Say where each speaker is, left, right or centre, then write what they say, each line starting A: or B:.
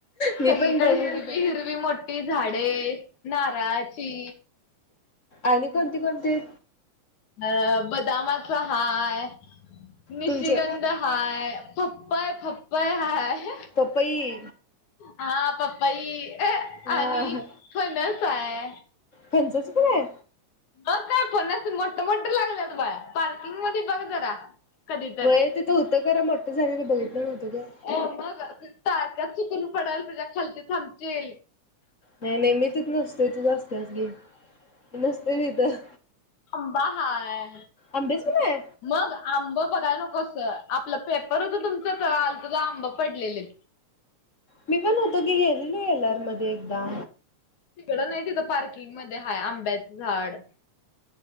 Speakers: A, on the left (about 30°); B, on the left (about 85°).
A: मी
B: सगळीकडे
A: पण बघू
B: हिरवी हिरवी मोठी ती झाडे नारळाची
A: आणि कोणते कोणते?
B: अ बदामाचा हाय निशगंध
A: तुमचे
B: हाय, फप्पई फप्पई हाय
A: पपई
B: हा पप्पाई
A: हा
B: आणि फणस आहे.
A: फणसाच पण आहे?
B: हो काय? फणसच मोठ मोठ लागलेत बया पार्किंगमध्ये बघ जरा कधी तर.
A: 'होय', तिथं होतं खरं मोठं झालेल बघितलं नव्हतं ग
B: हो, मग तारक्यात चिकून पडाल तुझ्या खालचे थांबचे
A: नाही नाही मी तिच नसतेच, तुच असतेच की मी नसते तिथं
B: आंबा हाय,
A: आंबेच पण आहे
B: मग आंब बघाय नकोसं का? आपलं पेपर होत, तुमच्या इथ आलतो तेव्हा आंब पडलेले.
A: मी पण होतो की, गेलेलो एलर मध्ये एकदा
B: तिकडं नाही, तिथं पार्किंग मध्ये हाय आंब्याचं झाड